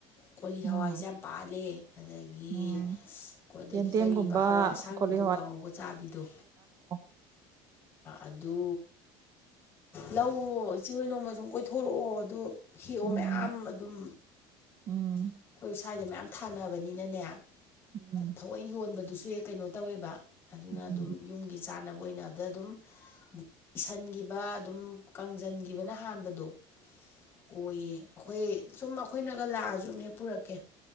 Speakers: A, on the left; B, on the right.
A: ꯀꯣꯂꯤ ꯍꯋꯥꯏꯁꯦ
B: ꯎꯝ
A: ꯌꯥꯝ ꯄꯥꯜꯂꯦ ꯑꯗꯒꯤ
B: ꯎꯝ
A: ꯀꯗꯒꯤ
B: ꯌꯦꯟꯗꯦꯝꯒꯨꯝꯕ
A: ꯀꯔꯤꯕ ꯍꯋꯥꯏ ꯑꯁꯥꯡꯕꯤꯗꯣ
B: ꯀꯣꯂꯤ
A: ꯀꯥꯡꯉꯧꯕ ꯆꯥꯕꯤꯗꯣ
B: ꯎ
A: ꯑꯗꯨ ꯂꯧꯑꯣ ꯏꯆꯦ ꯍ ꯅꯣꯡꯃ ꯁꯨꯝ ꯀꯣꯏꯊꯣꯔꯛꯑꯣ ꯑꯗꯨ ꯍꯦꯛꯑꯣ
B: ꯎꯝ
A: ꯃꯌꯥꯝ ꯑꯗꯨꯝ
B: ꯎꯝ
A: ꯑꯩꯈꯣꯏ ꯁ꯭ꯋꯥꯏꯗ ꯃꯌꯥꯝ ꯊꯥꯅꯕꯅꯤꯅꯅꯦ
B: ꯎꯝ
A: ꯊꯑꯣꯏ ꯌꯣꯟꯕꯗꯨꯁꯨ ꯍ ꯀꯩꯅꯣ ꯇꯧꯋꯦꯕ ꯑꯗꯨꯅ
B: ꯎꯝ
A: ꯑꯗꯨꯝ ꯌꯨꯝꯒꯤ ꯆꯥꯅꯕ ꯑꯣꯏꯅꯕꯗ ꯑꯗꯨꯝ ꯏꯁꯤꯟꯈꯤꯕ ꯑꯗꯨꯝ ꯀꯪꯁꯤꯟꯈꯤꯕꯅ ꯍꯥꯟꯕꯗꯣ ꯑꯣꯏꯌꯦ ꯑꯩꯈꯣꯏ ꯁꯨꯝ ꯑꯩꯈꯣꯏꯅꯒ ꯂꯥꯛꯑꯁꯨ ꯍꯦꯛ ꯄꯨꯔꯛꯀꯦ